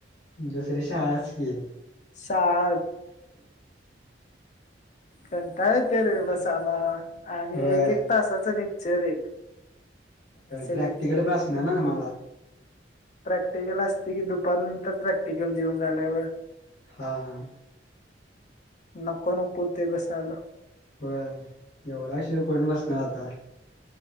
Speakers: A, on the left (about 70°); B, on the left (about 40°).
A: दुसरी शाळाच की
B: शाळा कंटाळ तर र बसा आला आणि
A: होय
B: एक एक तासाच लेक्चर एक असं
A: प्रॅक्टिकल पण असणार ना मला
B: प्रॅक्टिकल असते की दुपारनंतर प्रॅक्टिकल जेवून झाल्यावर
A: हां हां
B: नको नको ते बसायला
A: हो जवढशीि कोण बसणार आता